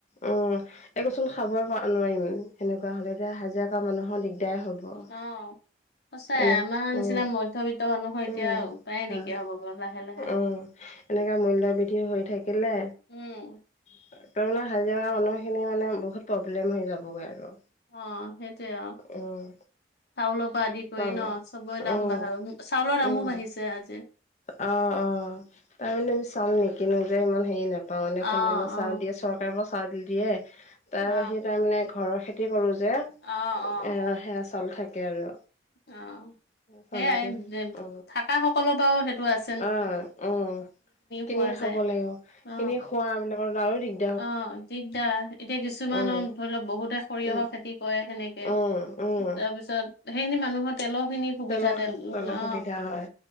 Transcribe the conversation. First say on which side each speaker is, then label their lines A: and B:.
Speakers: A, on the left; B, on the left.
A: উম একোচোন খাবই পা নোৱাৰিম সেনেকুৱা হ'লে এতিয়া হাজিৰা কৰা মানুহৰ দিগদাৰ হ'ব
B: অ সঁচাই
A: এনে
B: আমাৰ
A: উম
B: নিচিনা মধ্যবিত্ত মানুহৰ এতিয়া
A: উম
B: উপায়ে
A: হয়
B: নাইকিয়া হ'ব গৈ লাহে লাহে
A: উম এনেকা মূল্যবৃদ্ধি হৈ থাকিলে
B: উম,
A: <unintelligible> হাজিৰা কৰা মানুহখিনি মানে বহুত প্ৰব্লেম হৈ যাবগৈ আৰু
B: অ সেইটোৱেই অ
A: উম
B: চাউলৰ পৰা আদি কৰি
A: চাউল
B: ন চবৰে দাম
A: উম
B: বাঢ় চাউলৰ দামো
A: উম
B: বাঢ়িছে আজি
A: অ অ তাৰ মানে আমি চাউল নিকিনোৱে যে ইমান হেৰি নাপাওঁ মানে
B: অ
A: কণ্ডলৰ চাউল
B: অ
A: দিয়ে চৰ চৰকাৰৰ পৰা চাউল দিয়ে তাৰ
B: অ
A: বাহিৰে তাৰ মানে ঘৰৰ খেতি কৰো যে এ
B: অ অ
A: সেয়া চাউল থাকে আৰু
B: অ সেইয়াই
A: চাউলৰ দিয়া অ
B: থাকা সকলৰ বাৰু সেইটো আছ
A: অ উম কিনি
B: খোৱা
A: খাব
B: যায়
A: লাগিব
B: অ
A: কিনি খোৱা বিলাকৰ টো আৰু দিগ
B: অ দিগদাৰ এতিয়া কিছুমানৰ
A: উম
B: ধৰি লওক বহুতে সৰিয়হৰ
A: উম
B: খেতি কৰে সেনেকে
A: উম উম
B: তাৰ পিছত সেইখিনি মানুহৰ তেলৰ খিনি সুবিধা
A: তেলৰ
B: তেল
A: তেলৰ
B: অ
A: খেতি কৰা হয়